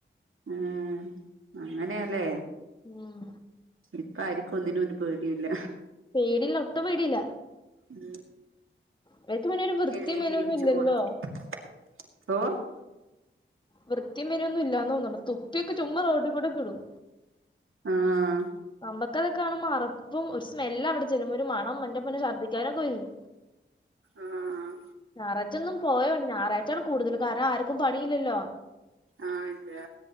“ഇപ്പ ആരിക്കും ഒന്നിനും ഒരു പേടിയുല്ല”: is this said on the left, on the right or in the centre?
Right